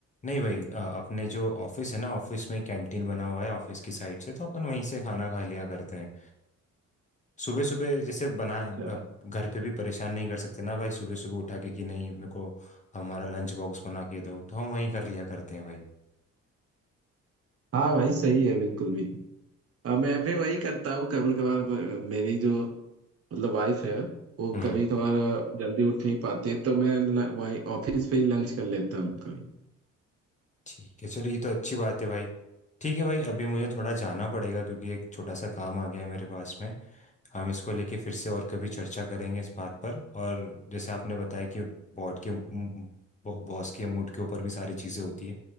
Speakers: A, on the left; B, on the right.
A: नहीं भाई अ, अपने जो ऑफिस है ना ऑफिस में कैंटीन बना हुआ है ऑफिस की साइड से तो अपन वहीं से खाना खा लिया करते हैं सुबह सुबह जैसे बना
B: अच्छा
A: ब- घर पे भी परेशान नहीं कर सकते ना भाई सुबह सुबह उठा के कि नहीं मेरे को हमारा लंच बॉक्स बना के दो तो हम वहीं कर लिया करते हैं भाई
B: हाँ भाई सही है बिल्कुल भी अ, मैं भी वही करता हूँ कभी कभार मेरी जो मतलब वाइफ है वो
A: हम्म
B: कभी कभार जल्दी उठ नहीं पाती है, तो मैं ल- वाई ऑफिस पे ही लंच कर लेता हूँ कभी
A: ठीक है चलो ये तो अच्छी बात है भाई ठीक है भाई अभी मुझे थोड़ा जाना पड़ेगा क्योंकि एक छोटा सा काम आ गया है मेरे पास में हम इसको लेके फिर से और कभी चर्चा करेंगे इस बात पर और जैसे आपने बताया कि बॉट के बॉस के मूड के ऊपर भी सारी चीज़ें होती है